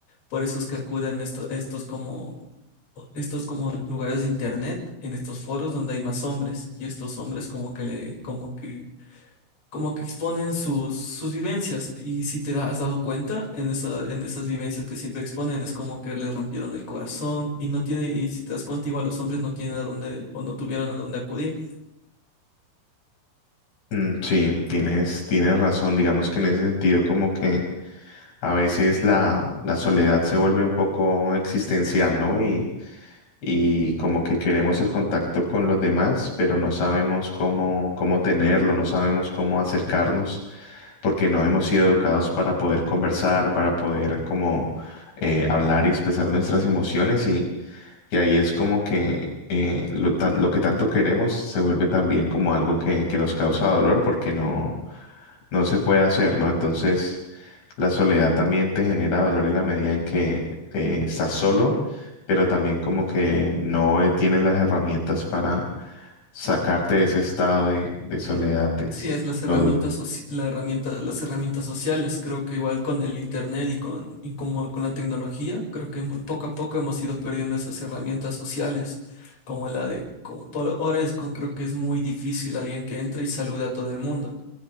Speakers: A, on the left; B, on the left.
A: Por eso es que acuden esto- estos como estos como lugares de internet, en estos foros donde hay más hombres y estos hombres como que le, como que, como que exponen sus, sus vivencias y si te da- has dado cuenta en esa, en esas vivencias que siempre exponen es como que le rompieron el corazón y no tiene, y si te das cuenta igual los hombres no tienen a dónde o no tuvieron a dónde acudir.
B: Mm, sí, tienes, tienes razón, digamos que en ese sentido como que A veces la, la soledad se vuelve un poco existencial, ¿no? Y, y como que queremos el contacto con los demás, pero no sabemos cómo, cómo tenerlo, no sabemos cómo acercarnos, porque no hemos sido educados para poder conversar, para poder como eh, hablar y expresar nuestras emociones y, y ahí es como que eh, lo, tan- lo que tanto queremos se vuelve también como algo que, que nos causa dolor porque no, no se puede hacer, ¿no? Entonces... La soledad también te genera dolor en la medida en que eh, estás solo, pero también como que no eh, tienes las herramientas para sacarte de ese estado de, de soledad, es
A: Sí, es las herramientas,
B: lo duro.
A: soci- la herramienta, las herramientas sociales. Creo que igual con el internet y con, y como con la tecnología, creo que hemos- poco a poco hemos ido perdiendo esas herramientas sociales, como la de, como por ahora es, con- creo que es muy difícil alguien que entre y saluda a todo el mundo.